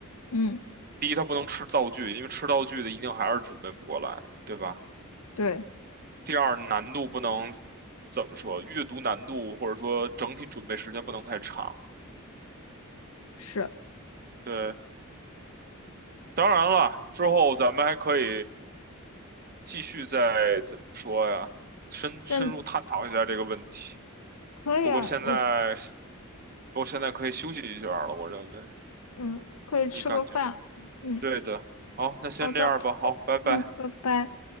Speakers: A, on the left (about 80°); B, on the right (about 45°).
A: 嗯，
B: 第一，它不能吃道具，因为吃道具的一定还是准备不过来，对吧？
A: 对，
B: 第二，难度不能怎么说，阅读难度或者说整体准备时间不能太长。
A: 是，
B: 对，当然了，之后咱们还可以继续再怎么说呀，深深入探讨一下这个问题。
A: 真可以啊，
B: 不过现在，
A: 我
B: 我现在可以休息一下了，我认为，
A: 嗯可以吃个饭，
B: 你感觉？
A: 嗯，
B: 对的。好，那先这样吧。
A: 好的，
B: 好，拜拜。
A: 嗯，拜拜。